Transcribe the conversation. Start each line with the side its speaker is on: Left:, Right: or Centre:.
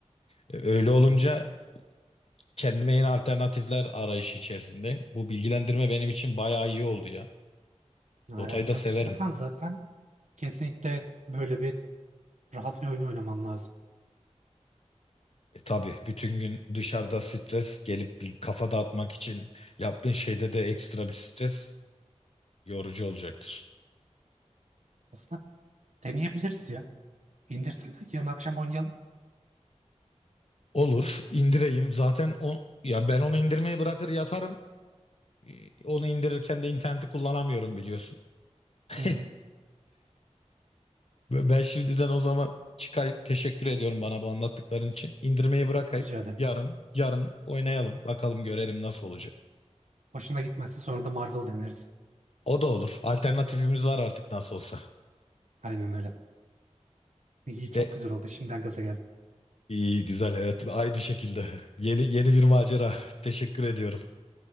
Left: Ee, öyle olunca
Right: Hı hı.
Left: kendime yeni alternatifler arayışı içerisindeyim. Bu bilgilendirme benim için bayağı iyi oldu ya.
Right: Eğer
Left: Dota'yı
Right: çalışacaksan
Left: da severim.
Right: zaten kesinlikle böyle bir rahat bir oyun oynaman lazım.
Left: E, tabii bütün gün dışarıda stres gelip bir kafa dağıtmak için yaptığın şeyde de ekstra bir stres yorucu olacaktır.
Right: Aslında deneyebiliriz ya. İndirsene yarın akşam oynayalım.
Left: Olur, indireyim. Zaten o ya ben onu indirmeye bırakır yatarım. Ee, Onu indirirken de interneti kullanamıyorum biliyorsun. <laughs>
Right: Hı hı.
Left: Ben şimdiden o zaman çıkayıp teşekkür ediyorum bana bu anlattıkların için. İndirmeyi bırakayım.
Right: Rica ederim.
Left: Yarın, yarın oynayalım. Bakalım görelim nasıl olacak.
Right: Hoşuna gitmezse sonra da Marvel deneriz.
Left: O da olur. Alternatifimiz var artık nasıl olsa.
Right: Aynen öyle. İyi çok
Left: De
Right: güzel oldu. Şimdiden gaza geldim.
Left: iyi güzel evet aynı şekilde. Yeni yeni bir macera. Teşekkür ediyorum.